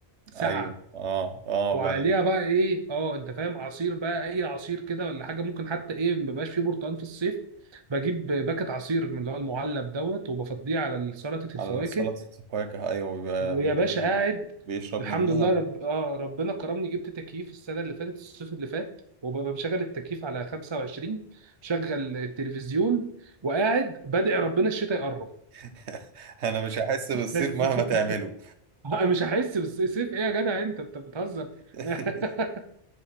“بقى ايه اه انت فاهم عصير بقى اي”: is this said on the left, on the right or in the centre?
Right